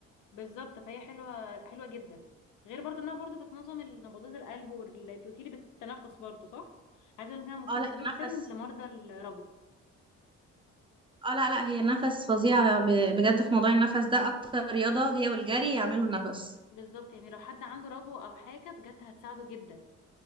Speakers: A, on the left (about 85°); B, on the right (about 20°).
A: بالظبط فهي حلوة حلوة جدا غير برضو انها برضو بتنظم نبضات القلب وانت قلتيلي بالتنفس برضو صح عايزة اقول انها مفيدة
B: اه لا
A: جدا
B: النفس
A: لمرضى الربو
B: اه لا لا هي النفس فظيعة ب- بجد في موضوع النفس ده اكتر رياضة هي والجري يعملوا النفس
A: بالظبط يعني لو حد عنده ربو او حاجة بجد هتساعده جدا